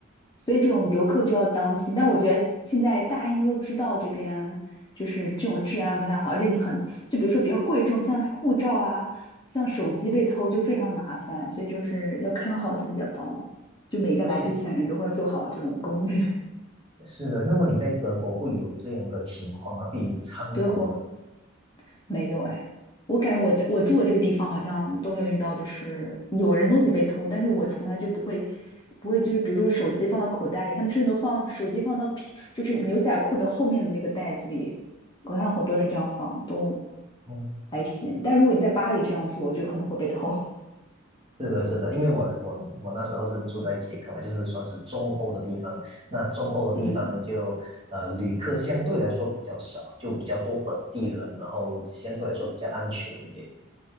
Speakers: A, on the left; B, on the right.
A: 所以这种游客就要当心。但我觉得现在大家应该都知道这边就是这种治安不太好，而且你很，就比如说比较贵重，像是护照啊，像手机被偷就非常麻烦，所以就是要看好自己的包嘛。就每个来之前人都会做好这种攻略。
B: 是是的，那么你在德国会有这样的情况吗？会猖狂吗？
A: <laughs> 德国，没有哎，我感觉我在我住的这个地方好像都没有遇到，就是有人东西被偷，但是我从来就不会，不会就是比如说手机放到口袋里，他们甚至都放手机放到皮，就是牛仔裤的后面的那个袋子里，我看好多人这样放都
B: 哦，
A: 还行，但如果你在巴黎这样做，就可能会被偷。<laughs>
B: 是的，是的，因为我我我那时候是住在捷克嘛，就是算是中欧的地方。那中欧的地方就呃旅客相对来说比较少，
A: 嗯，
B: 就比较多本地人，然后相对来说比较安全一点。